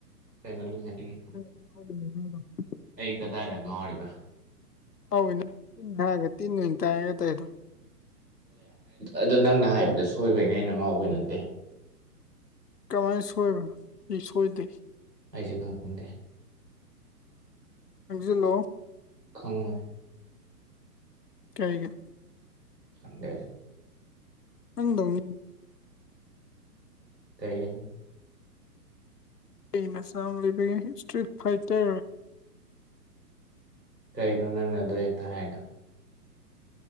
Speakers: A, on the right; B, on the left.
A: ꯀꯩꯅꯣ ꯅꯪ ꯍꯥꯏꯅꯤꯡꯉꯤꯁꯦ
B: <unintelligible>
A: ꯑꯩ ꯀꯗꯥꯏꯗ ꯉꯥꯎꯔꯤꯕ꯫
B: ꯍꯋꯤꯅ ꯇꯤꯟ ꯍꯥꯏꯔꯒ ꯇꯤꯟꯑꯣꯢꯅ ꯇꯥꯏꯔꯒ ꯇꯧ ꯑꯗꯣ꯫
A: ꯑꯗꯨ ꯅꯪꯅ ꯍꯥꯏꯕꯗ ꯁꯣꯏꯕꯩꯅꯦ ꯑꯩꯅ ꯉꯥꯎꯕꯩ ꯅꯠꯇꯦ꯫
B: ꯀꯃꯥꯏꯅ ꯁꯣꯏꯕꯅꯣ ꯑꯩ ꯁꯣꯏꯗꯦ꯫
A: ꯑꯩꯁꯦ ꯈꯪꯅꯤꯡꯗꯦ꯫
B: ꯆꯪꯖꯤꯜꯂꯣ
A: ꯈꯡꯉꯣꯏ꯫
B: ꯀꯩꯒꯤ
A: ꯈꯪꯗꯦ ꯑꯩꯁꯨ
B: ꯅꯪꯗꯧꯅꯤ
A: ꯀꯩꯒꯤꯟ
B: ꯑꯩ ꯃꯆꯥꯥ ꯑꯃ ꯂꯩꯕꯤꯒꯦ ꯏꯁꯇ꯭ꯔꯤꯠ ꯐꯥꯏꯇ꯭ꯔ
A: ꯀꯩꯅꯣ ꯅꯪꯅ ꯑꯗꯨ‌ ꯍꯦꯛꯇ ꯍꯥꯏꯔꯤꯗꯣ